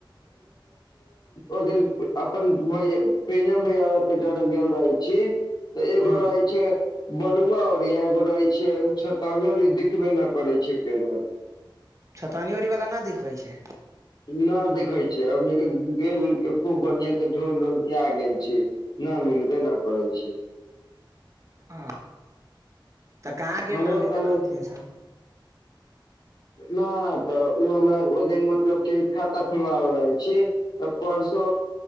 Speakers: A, on the left (about 55°); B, on the right (about 35°).
A: ओिन अपन भ पेम भय केटर गेल रहै छी तऽ एगोा
B: हूँ
A: होइ छै बलुआ री एगो रहे छै छ दिखबे न करे छै के
B: छतानी ओरी वालला नहि दिखबै छै
A: न देखै छियन के गेल खू बनिियएत ढल ढूनिया आ ग गेल न मिलबे नहि करै छी
B: ओ तऽ कहाँ गेल
A: हमरो
B: रहली
A: कहलू
B: जे अथिीनसँ
A: नहि तऽ ओ हमरा ओ दिन मतलब क खाता खोलबा रहल छी तऽ परसो